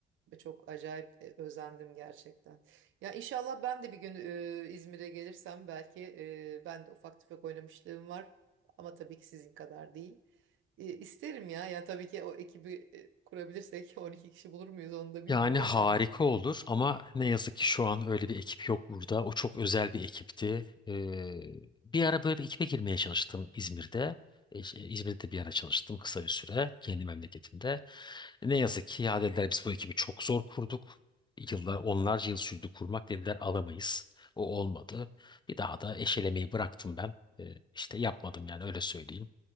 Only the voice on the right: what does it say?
ve çok acayip e, özendim gerçekten. Ya inşallah ben de bir gün e, İzmir'e gelirsem belki e, ben de ufak tefek oynamışlığım var. Ama tabii ki sizin kadar değil. E, isterim ya. Yani tabii ki o ekibi e, kurabilirsek <laughs> 12 kişi bulur muyuz onu da bilmiyorum
ama
sen...